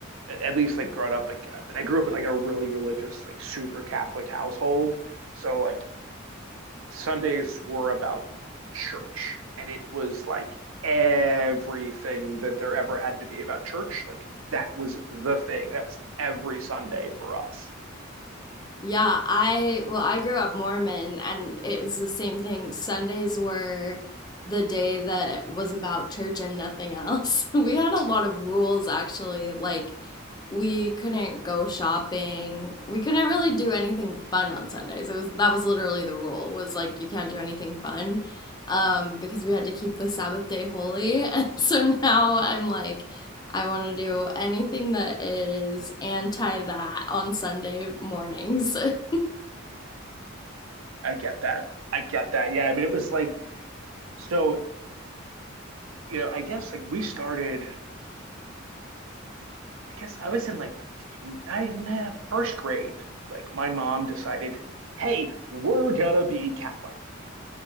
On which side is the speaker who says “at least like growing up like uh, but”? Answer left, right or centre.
Right